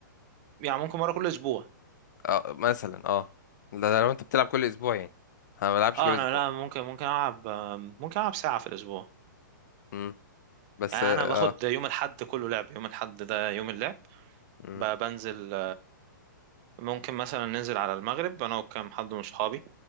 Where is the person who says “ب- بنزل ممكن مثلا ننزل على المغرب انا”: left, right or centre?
Right